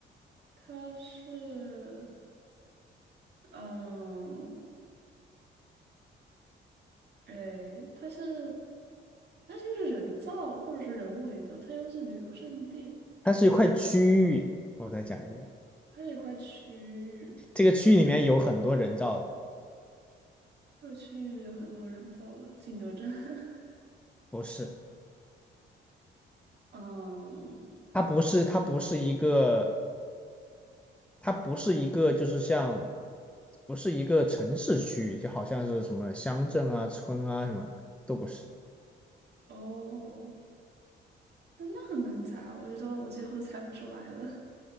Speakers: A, on the right; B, in the centre.
A: 它是，嗯，诶，它是，它就是人造或者是人为的，它又是旅游胜地，
B: 它是一块区域，我再讲一遍。
A: 它是一块区域，
B: 这个区域里面有很多人造的，
A: 这个区域有很多人造的，景德镇，<laughs>
B: 不是，
A: 嗯，
B: 它不是，它不是一个，它不是一个，就是像，不是一个城市区域，就好像是什么乡镇啊、村啊什么都不是。
A: 哦，那那很难猜啊，我觉得我几乎都猜不出来了，